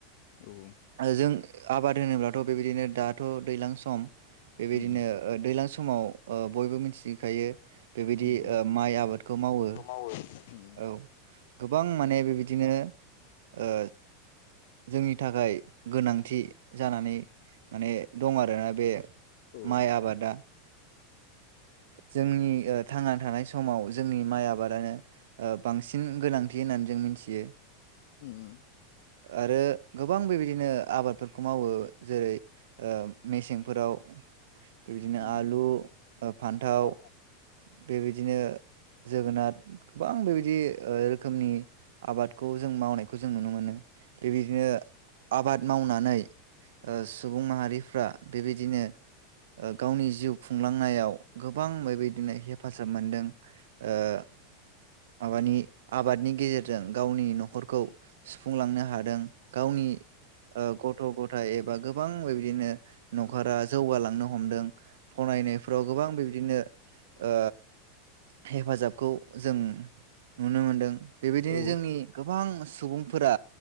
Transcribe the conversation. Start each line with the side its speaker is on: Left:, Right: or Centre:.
Left: औ
Right: जों आबाद होनोब्लाथ' बेबाय बिदिनो दाथ' दैलां सम बेबायदिनो
Left: उम
Right: ओ दैलां सम समाव ओ बयबो मिथिखायो बेबायदि
Left: उम उम
Right: ओ माइ आबादखौ मावो
Left: खौ उम
Right: औ गोबां माने बेबायदिनो ओ जोंनि थाखाय गोनांथि जानानै माने दं आरोना बे
Left: औ
Right: माइ आबादा जोंनि ओ थांना थानाय समाव जोंनि माइ आबादानो ओ बांसिन गोनांथि होननानै जों मिथियो
Left: उम
Right: आरो गोबां बेबायदिनो आबादफोरखौ मावो जेरै ओ मेसेंफोराव बे बिदिनो
Left: उम
Right: आलु फान्थाव
Left: औ
Right: बेबायदिनो जोगोनाद गोबां बेबायदि ओ रोखोमनि आबादखौ जों मावनायखौ जों नुनो मोनो बेबायदिनो आबाद मावनानै ओ‌ सुबुं माहारिफ्रा बेबायदिनो ओ गावनि जिउ खुंलां नायाव गोब गोबां बेबायदिनो हेफाजाब मोनदों माबानि आबादनि गेजेरजों गावनि न'खरखौ सुफुंलांनो हादों गावनि ओ गथ' गथाइ एबा गोबां बेबायदिनो न'खरा जौगालांनो हमदों <unintelligible> फ्राव गोबां बेबादिनो ओ‌ हेफाजाबखौ जों नुनो मोनदों बेबायदिनो
Left: औ
Right: जोंनि गोबां सुबुंफोरा